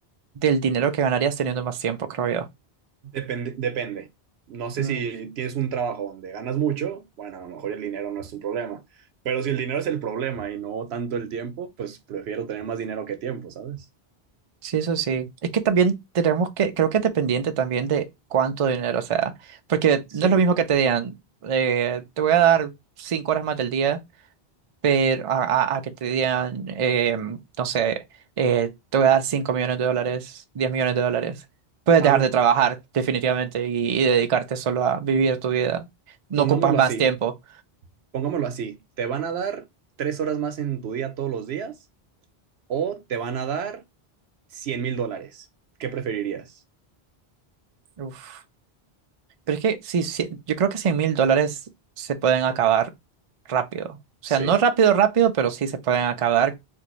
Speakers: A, on the right; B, on the right.
A: del dinero que ganarías teniendo más tiempo, creo yo.
B: depende, depende. No sé
A: Mm,
B: si tienes un trabajo donde ganas mucho, bueno, a lo mejor el dinero no es un problema. Pero si el dinero es el problema y no tanto el tiempo, pues prefiero tener más dinero que tiempo, ¿sabes?
A: sí, eso sí. Es que también tenemos que, creo que es dependiente también de cuánto dinero, o sea, porque
B: Sí.
A: no es lo mismo que te digan, eh, te voy a dar cinco horas más del día. pero a, a- a que te digan, eh, no sé, eh, te voy a dar 5 millones de dólares, 10 millones de dólares. Puedes
B: A
A: dejar
B: ver,
A: de trabajar definitivamente y, y dedicarte solo a vivir tu vida. No
B: Pongámoslo
A: ocupas más
B: así,
A: tiempo.
B: pongámoslo así, te van a dar tres horas más en tu día todos los días o te van a dar cien mil dólares. ¿Qué preferirías?
A: Uf. Pero es que sí, sí, yo creo que 100 mil dólares se pueden acabar rápido. O sea,
B: Sí,
A: no rápido, rápido, pero sí se pueden acabar.